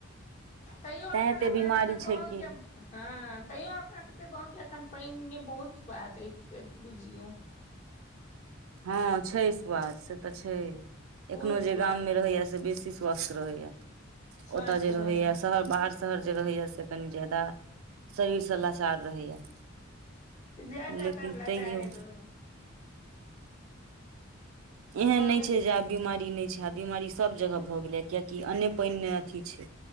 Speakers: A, on the left (about 35°); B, on the right (about 75°).
A: तैयो
B: तैं
A: अखन
B: एते
A: अपना
B: बीमारी
A: सबके
B: छै
A: गाँवके
B: कि
A: हँ तैयो अपना सबके गाँवके एखन पानिमे बहुत स्वाद अछि से बुझियौ
B: हँ छै स्वाद से तऽ छै
A: खूब
B: एखनो
A: स्वाद
B: जे गाममे रहैया से बेसी स्वस्थ रहैया
A: स्वस्थ
B: ओत जे
A: रहै
B: रहैया शहर बाहर शहर जे रहैया से कनी ज्यादा शरीर से लाचार रहैया
A: जादातर
B: लेकिन
A: लाचारे
B: तैयो
A: रहै
B: एहन
A: गाँवमे
B: नहि छै जे आब बिमारी नहि छै आब बिमारी सभ जगह भऽ गेलै कियकि अन्ने पानि न अथी छै